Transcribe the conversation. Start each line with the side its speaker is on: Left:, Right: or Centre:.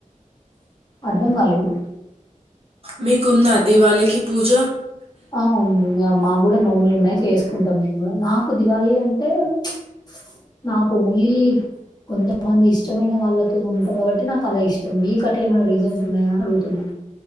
Left: అర్థం కాలేదు.
Right: మీ కుందా దివాలీకి పూజ
Left: అఉంది మాకు కూడా నోములు ఉన్నాయి చేసుకో నాకు దివాళి అంటే ప్చ్. నాకు ఓన్లీ కొంతమంది ఇష్టమైన వాళ్ళతోని ఉంటా కాబట్టి నాకు అలా ఇష్టం. మీకు అట్లే ఏమైనా రీజన్స్ ఉన్నాయాని అడుగుతున్నా.